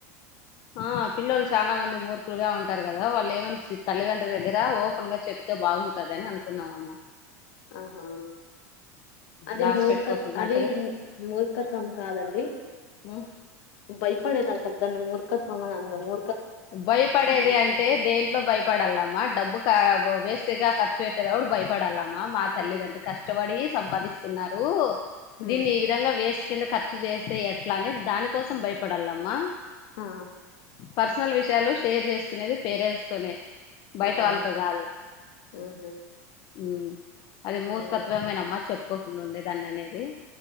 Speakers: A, on the left; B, on the left.
A: ఆ పిల్లలు చాలా మంది మూర్ఖులుగా ఉంటారు కదా వాళ్ళు ఏమని తల్లిదండ్ర్రి దగ్గర ఓపెన్ గా చెప్తే బాగుంటదిని అనుకున్నామమ్మ
B: ఆహా అది
A: దాసి
B: మూర్ఖ
A: పెట్టుకోకున్నట్టుగా
B: అది మూర్ఖత్వం కాదండి
A: ఉమ్,
B: బై పే అంట దని మూఖత్వా మన అంద మూ
A: భయపడేది అంటే దేంట్లో భయపడాలమ్మా డబ్బు వేస్ట్గార్ చటదాో కూడా భయపడాల అమ్ మా తల్లిదంత
B: హ్మ్.
A: కష్టపడి సంపాదిస్తున్నారు దీన్ని
B: హ్మ్.
A: ఈ విధంగా వేస్ట్ కింద ఖర్చు చేస్తే ఎట్లా అనే దాని కోసం భయపడాలమ్మా
B: ఆ
A: పర్ పర్సనల్ విషయాలు షేర్ చేసుకునేది పేరెంట్స్ తోనే బయట
B: అవును
A: వాళ్ళతో కాదు
B: హుహు.
A: అ అది మూర్ఖత్వమేనమ్మా
B: అవును
A: చెప్ప ఒకక్కరి ను ఉండే దాన్ని అనేది